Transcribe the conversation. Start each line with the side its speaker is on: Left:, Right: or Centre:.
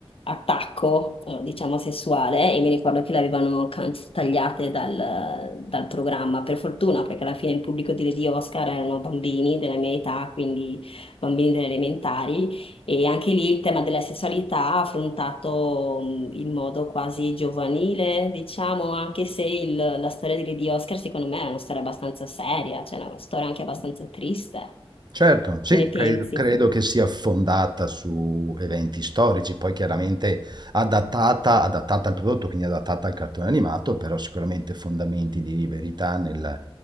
Left: attacco, eh, diciamo, sessuale e mi ricordo che le avevano can- tagliate dal, dal programma, per fortuna, perché alla fine il pubblico di, di Oscar erano bambini della mia età, quindi bambini delle elementari e anche lì il tema della sessualità affrontato mh, in modo quasi giovanile, diciamo, anche se il- la storia di Lady Oscar secondo me è una storia abbastanza seria, cioè una storia anche abbastanza triste.
Right: Certo, sì,
Left: Che ne pensi?
Right: credo, credo che sia fondata su eventi storici, poi chiaramente adattata, adattata al prodotto, quindi adattata al cartone animato, però sicuramente fondamenti di verità nel-